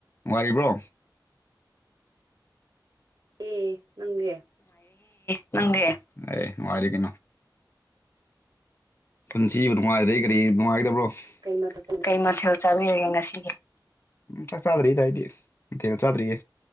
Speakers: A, on the left; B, on the right.
A: ꯅꯨꯡꯉꯥꯏꯔꯤꯕ꯭ꯔꯣ
B: ꯑꯦ ꯅꯪꯗꯦ
A: ꯅꯨꯡꯉꯥꯢꯔꯤꯌꯦ ꯄꯨꯟꯁꯤꯕꯨ ꯅꯨꯡꯉꯥꯏꯇꯔꯗꯤ ꯀꯔꯤ ꯅꯨꯡꯉꯥꯏꯒꯗꯕ꯭ꯔꯣ
B: ꯀꯩꯪ ꯃꯊꯦꯜ ꯆꯒꯦ
A: ꯀꯩ ꯃꯊꯦꯜ ꯆꯥꯔꯒꯦ ꯉꯁꯤ꯫ ꯆꯥꯛ ꯆꯥꯗ꯭ꯔꯤꯌꯦ ꯑꯗꯨꯅ ꯃꯊꯦꯜ ꯆꯥꯗ꯭ꯔꯤꯌꯦ